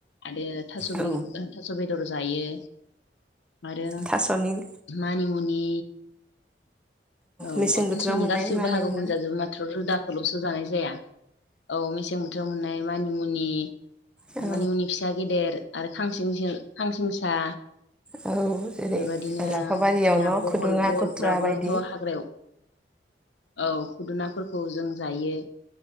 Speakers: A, on the left (about 85°); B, in the centre.
A: आरो थास'
B: औ
A: बि ओ थास' बेदर जायो आरो
B: थास'नि
A: मानिमुनि औ
B: मेसें
A: अ
B: बोथोराव
A: थास'नि
B: मोननाय
A: गासिबो
B: मानि
A: बाहागो
B: मोनो
A: खौनो जाजोबो माथ्र' रोदा खो ल'सो जानाय जाया औ मेसें बोथोराव मोननाय मानिमुनि
B: औ
A: आ मानि मुनि फिसा गेदेर आरो खांसिंसिं खांसिं सा
B: औ जेरै
A: बेबादिनो
B: लाफा बारियाव
A: जोंनिआ
B: न'
A: बहल
B: खुदुना
A: बहलफ्राबोथ'
B: खुथ्रा बायदि
A: हाग्रायाव औ खुदुनाफोरखौ जों जायो